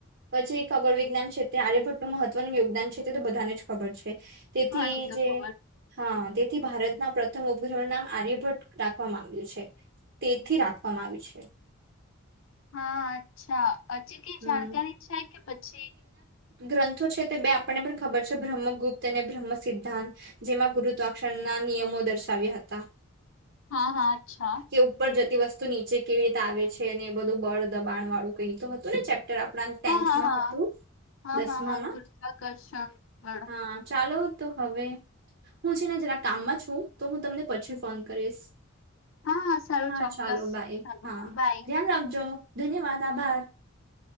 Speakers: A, on the right; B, on the left.
A: પછી એક ખબર વિજ્ઞાન છેત્ર એ આર્યભટ્ટું મહત્વનું યોગદાન છે તે તો બધાને જ ખબર છે તેથી
B: હા એ તો
A: જે
B: ખબર.
A: હા તેથી ભારતના પ્રમભ નામ આર્યભટ્ટ રાખવામાં આવ્યું છે તેથી રાખવામાં આવ્યું છે
B: હા અચ્છા હજી કે
A: હમ.
B: જાણકારી છે કે પછી
A: ગ્રંથો છે તે બે આપણને પણ ખબર છે બ્રહ્મગુપ્ત અને બ્રહ્મ સિદ્ધાંત જેમાં ગુરુત્વાક્ષરના નિયમો દર્શાવ્યા હતા
B: હા હા અચ્છા
A: કે ઉપર જતી વસ્તુ નીચે કેવી રીતે આવે છે ને એ બધું બળ દબાણ વાળું કઈ તો હતું <unintelligible> આપ ટેન્થ
B: હા હા હા
A: હતું
B: હા
A: દસમામાં
B: હા હા ગુરુત્વાકર્ષણ બળ
A: હા ચાલો તો હવે હું છે ને જરા કામમાં છું તો હું તમને પછી ફોન કરીશ
B: હા સારું
A: હા
B: ચોક્કસ.
A: ચાલો Bye
B: hello.
A: હા
B: બાય.
A: ધ્યાન રાખજો ધન્યવાદ આભાર